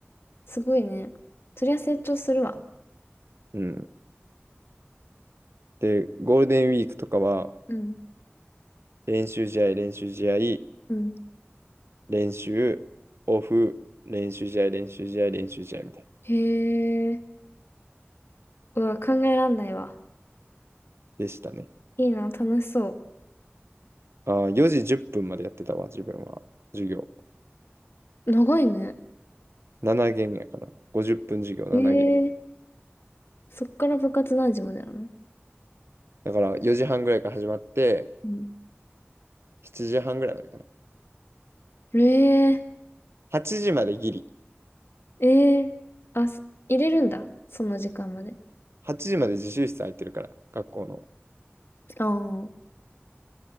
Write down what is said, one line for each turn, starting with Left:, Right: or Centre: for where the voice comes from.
Left: すごいね。そりゃ成長するわ。
Right: うん。で、ゴールデンウィークとかは、
Left: うん。
Right: 練習試合、練習試合、
Left: うん。
Right: 練習、オフ、練習試合、練習試合、練習試合みたいな。
Left: へえ。うわ、考えらんないわ。
Right: でしたね。
Left: いいな、楽しそ
Right: ああ、4時10分までやってたわ、自分は。授業。
Left: う。長いね。
Right: 7限やからな。50分授業、7限。
Left: ええそっから部活何時までなの
Right: だから4時半ぐらいから始まって、
Left: うん。
Right: 7時半ぐらいまでかな。
Left: ええ
Right: 8時までギリ。
Left: ええあ、す入れるんだ。その時間まで。
Right: 8時まで自習室空いてるから、学校の。
Left: ああ。